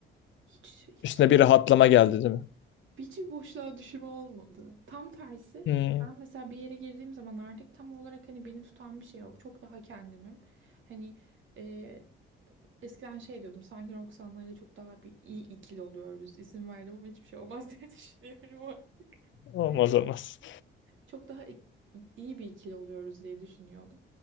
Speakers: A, on the right; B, on the left.
A: Hiç hiç
B: Üstüne
A: de
B: bir rahatlama geldi değil mi?
A: hiç bir boşluğa düşüm olmadı. Tam tersi
B: Hmm,
A: ben mesela bir yere girdiğim zaman artık tam olarak hani beni tutan bir şey yok. Çok daha kendimim. Hani e, eskiden şey diyordum sanki Roxanna ile çok daha bir iyi ikili oluyoruz. İsim verdim ama hiçbir şey olmaz <laughs> diye düşünüyorum.
B: olmaz
A: E,
B: olmaz.
A: çok daha ik- iyi bir ikili oluyoruz diye düşünüyordum.